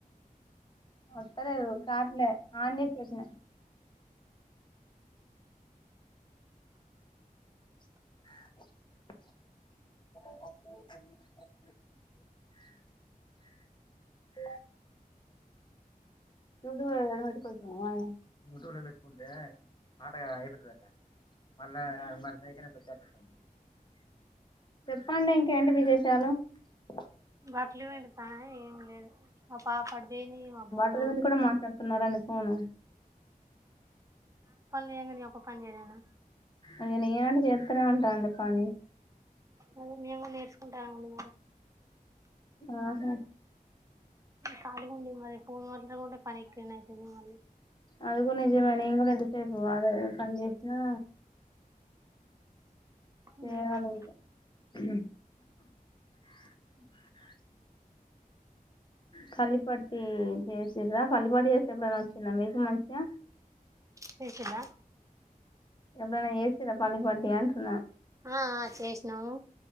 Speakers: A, on the left; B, on the right.
A: ఒత్తలేదు కాట్లే ఆన్ జేసి పెట్టిన <unintelligible> <unintelligible> చూడు ఎవతి కోసమూ? ముటూర పెట్టుకుంటే ఆట అయిపోతదట మళ్ళా మనసైకిన ఎంతొస్తే అంతిస్తారు. చెప్పండి ఇంకేంటి విశేషాలు? <unintelligible>
B: బట్టలు పిండుతానా ఏం లేదు. మా పాప అటుబొయింది. <unintelligible>
A: కొంతమంది కూడ మాట్లాడుతున్నారా నీ ఫోనూ
B: చెయ్య గని, ఈ ఒక్క పనిచేయలేన
A: ఇగ నేనంటె జేత్తనే ఉంటాండు పని.
B: అది మేము నేర్చుకుంటాం అమ్మ
A: ఆహ!
B: ఖాళిగుండి మరి ఫోన్ మట్లాడకుంటే పని ఎక్కువనైతది మళ్ళి
A: అది గుడ నిజమే నేను గుడ ఇంతసేపు వాడల పని చేసినా. <unintelligible>
B: మ్మ్
A: ఫల్లిపట్టీ చేసిర్రా ఫల్లిపట్టి చేస్తే ఎప్పుడైనా వచ్చిందా మీకు మంచిగా.
B: చేేసిన్రా
A: ఎప్పుడన్న జేసిన్రా ఫల్లిపట్టీ? అంటున్నా.
B: ఆ ఆ చేసినము